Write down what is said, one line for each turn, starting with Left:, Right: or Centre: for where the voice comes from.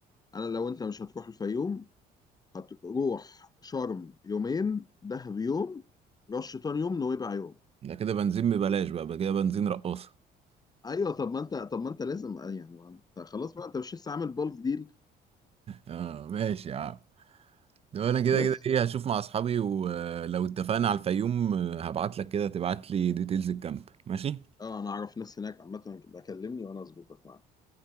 Left: انا لو انت مش هتروح الفيوم هتروح شرم يومين دهب يوم رش شيطان يوم نويبع يوم
Right: ده كده بنزين ببلاش بقى بقى كده بنزين رقاصه
Left: ايوه طب ما انت طب ما انت لازم يعني ما انت خلاص بقى انت مش لسه عامل بالك ديل
Right: اه ماشي يا عم ده انا كده
Left: بس
Right: كده ايه هشوف مع اصحابي ولو اتفقنا على الفيوم آه، هبعت لك كده تبعت لي ديتيلز الكامب ماشي
Left: اه انا اعرف ناس هناك عامه بكلمني وانا اظبطك معاك